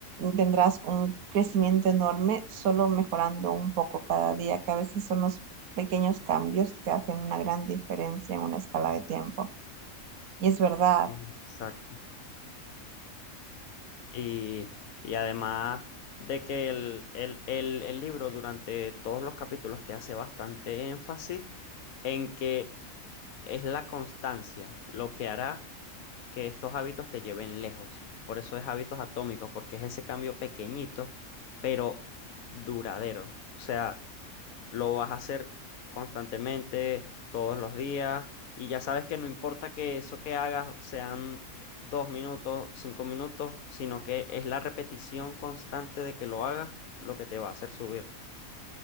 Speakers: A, on the right (about 80°); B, on the left (about 75°).
A: tendrás un crecimiento enorme solo mejorando un poco cada día, que a veces son los pequeños cambios que hacen una gran diferencia en una escala de tiempo. Y es verdad.
B: Mm. Exacto. Y, y además de que el, el, el, el libro durante todos los capítulos te hace bastante énfasis en que Es la constancia lo que hará que estos hábitos te lleven lejos. Por eso es hábitos atómicos, porque es ese cambio pequeñito, pero duradero. O sea, lo vas a hacer constantemente, todos los días, y ya sabes que no importa que eso que hagas sean dos minutos, cinco minutos, sino que es la repetición constante de que lo hagas lo que te va a hacer subir.